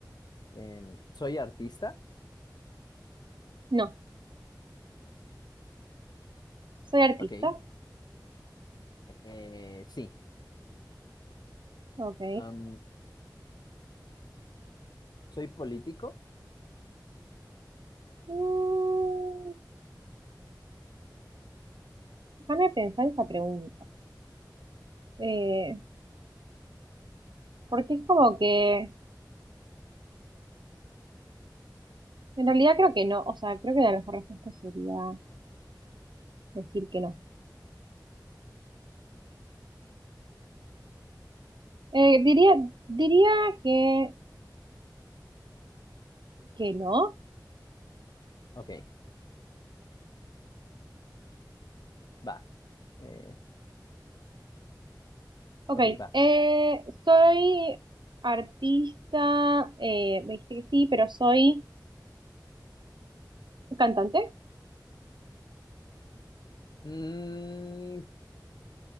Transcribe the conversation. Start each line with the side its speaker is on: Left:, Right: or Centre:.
Left: Em, ¿soy artista?
Right: No. ¿Soy artista?
Left: Ok, eh, sí.
Right: Ok.
Left: Am, ¿soy político?
Right: Mm, déjame pensar esa pregunta. Eh, porque es como que, en realidad creo que no, o sea, creo que la mejor respuesta sería decir que no. Eh, diría, diría que, que no.
Left: Ok, va. eh,
Right: Ok,
Left: ok, va.
Right: eh, soy artista, eh, me dijiste que sí, pero soy cantante.
Left: Mm,